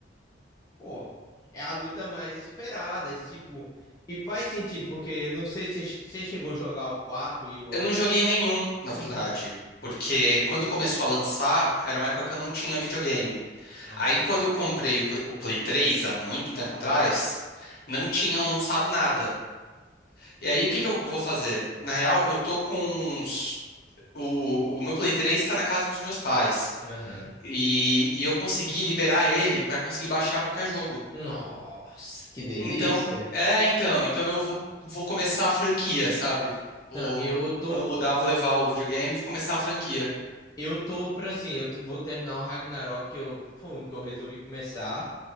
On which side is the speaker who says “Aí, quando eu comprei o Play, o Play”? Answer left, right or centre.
Left